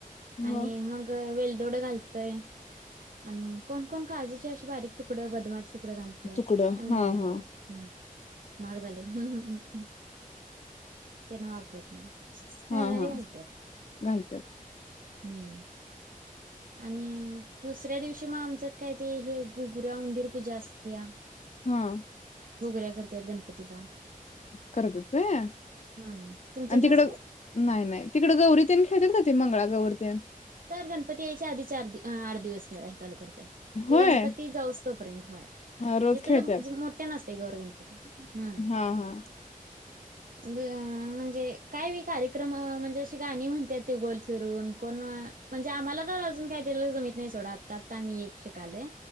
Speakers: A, on the left (about 50°); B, on the right (about 70°).
A: हा
B: आणि मग वेल दोड घालतय आणि कोण कोण काजूचे अशे बारीक तुकड बदमाचे तुकडे घालत्यात
A: तुकडं
B: आम्ही
A: हा
B: नाही बा
A: हा
B: घालीत हुं महाग झालेत. त्यांना वापरत नाही.
A: हा
B: घालणारे
A: हा
B: घालत्यात
A: घलत्यात.
B: हम्म. आणि दुसऱ्या दिवशी मग आमच्यात काय ते हे घुगऱ्या उंदीर पूजा असत्या
A: हम.
B: घूगऱ्या करत्यात गणपतीला.
A: करत्यात व्हय
B: हम्म तुमच्यात
A: आणि तिकड
B: नसत्यात?
A: नाही नाही तिकड गौरी खेळतात का ते मंगळा गौर त्या.
B: तर गणपती यायच्या आधी चार आठ दिवस खेळा चालू करतात ते
A: होय
B: गणपती जाऊस तोपर्यंतय होय
A: हा, रोज
B: इथ
A: खेळतात.
B: मोठ्या नसते गौर गणपती. हम्म
A: हा हा.
B: ब अ म्हणजे काय बी कार्यक्रम ह म्हणजे अशी गाणी म्हणत्यात ती गोल फीरून कोण म्हणजे आम्हाला पण अजून काही दि जमीत नाही सोडा आत्ता आता आम्ही एक शिकाले.